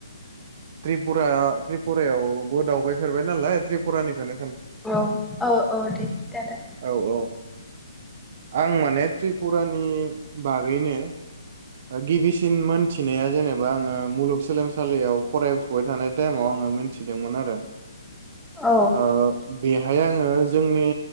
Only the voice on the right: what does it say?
त्रिपुरा त्रिपुरायावबो दावबायफेरबाय नालाय त्रिपुरानिखोनो
औ औ आं माने त्रिपुरानि बागैनो गिबिसिन मोनथिनाया जेनेबा आङो मुलुगसोलोंसालियाव फरायफुबाय थानाय टाइमाव आङो मोनथिदोंमोन आरो।
ओ बेहाय आङो जों नि